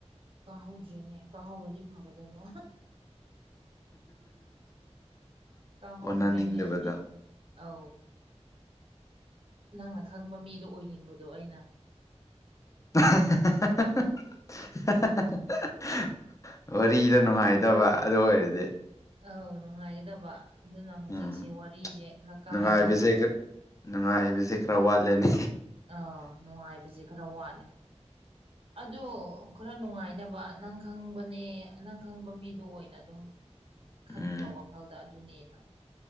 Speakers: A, on the right; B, on the left.
A: ꯀꯥꯍꯧꯗ꯭ꯔꯦꯅꯦ ꯀꯥꯍꯧꯔꯗꯤ ꯐꯒꯗꯕ ꯇꯥꯍꯧꯗ꯭ꯔꯦꯅꯦ
B: ꯑꯣꯟꯅꯅꯤꯡꯗꯕꯗꯣ
A: ꯑꯧ ꯅꯪꯅ ꯈꯪꯕ ꯃꯤꯗꯣ ꯑꯣꯏꯅꯤꯡꯕꯗꯣ ꯑꯩꯅ
B: <inaudible> ꯋꯥꯔꯤꯗ ꯅꯨꯡꯉꯥꯏꯇꯕ ꯑꯗꯨ ꯑꯣꯏꯔꯗꯤ
A: ꯑꯧ ꯅꯨꯡꯉꯥꯏꯒꯗꯕ ꯑꯗꯨꯅ ꯍꯧꯖꯤꯛꯁꯦ
B: ꯎꯝ
A: ꯋꯥꯔꯤꯁꯦ ꯈꯔ ꯀꯥꯏꯔꯦꯅꯦ
B: ꯅꯨꯡꯉꯥꯏꯕꯁꯦ ꯈꯛ ꯅꯨꯡꯉꯥꯏꯕꯁꯦ ꯈꯔ ꯋꯥꯠꯂꯦꯅꯦ
A: ꯑꯥ ꯅꯨꯡꯉꯥꯏꯕꯁꯤ ꯈꯔ ꯋꯥꯠꯂꯦ ꯑꯗꯨ ꯈꯔ ꯅꯨꯡꯉꯥꯏꯅꯕ ꯅꯪ ꯈꯪꯕꯅꯦ ꯅꯪ ꯈꯪꯕ ꯃꯤꯗꯣ ꯑꯣꯏꯅ ꯑꯗꯨꯝ ꯈꯟꯈ꯭ꯔꯣ
B: ꯎꯝ
A: ꯋꯥꯈꯜꯗ ꯑꯗꯨꯅꯦꯅ